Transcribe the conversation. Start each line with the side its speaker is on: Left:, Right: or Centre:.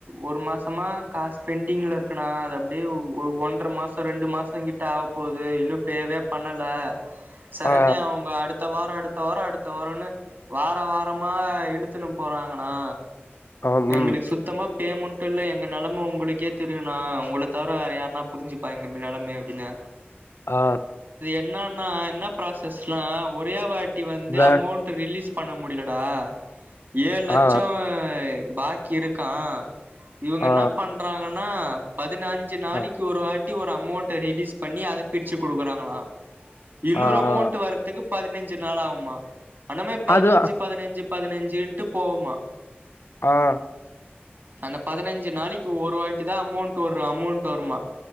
Right: ஒரு மாச மா காசு பெண்டிங்ல இருக்குனா அது அப்டியே ஒ ஒ ஒன்ற மாசோ ரெண்டு மாசோ கிட்ட ஆவப்போது இன்னு பேவே பண்ணல சரண்யா
Left: ஆ
Right: அவங்க அடுத்த வாரோம் அடுத் அடுத்த வாரோ அடுத்த வாரோம்னு வார வாரமா இழுத்துன்னு போறாங்கண்ணா
Left: ஆ
Right: எங்களுக்கு
Left: ம்
Right: சுத்தமா பேமெண்ட் ட்டுல எங்க நெலைமை உங்களுக்கே தெரியுணா உங்கள தவிர வேற யாருண்ணா புரிஞ்சுப்பா எங்க இப் நெலைமைய அப்டின்னே
Left: ஆ
Right: இன்னான்னா என்னா ப்ராசஸ்லா ஒரே வாட்டி வந்து
Left: வே
Right: அமௌண்ட் ரிலீஸ் பண்ண முடிலடா ஏழு லட்சோ
Left: ஆ ஆ
Right: பாக்கி இருக்கா இவுங்க
Left: ஆ
Right: என்னா பண்றாங்கன்னா பதினஞ்சு நாளைக்கு
Left: ஆ
Right: ஒரு வாட் டி ஒரு அமௌண்ட்ட ரிலீஸ் பண்ணி அத பிரிச்சி குடுக்குறாங்களா இன்னொரு
Left: ஆ
Right: அமௌண்ட்
Left: ஆ
Right: வரதுக்கு பதினஞ்சு நாள் ஆவுமா அந்த மாரி பதினஞ்சி
Left: அது
Right: பதினஞ்சி பதினஞ்சின்ட்டு போவுமா
Left: அ
Right: அந்த பதினஞ்சு நாளைக்கு ஒரு வாட்டி தா அமௌண்ட் ஒரு அமௌண்ட் வருமா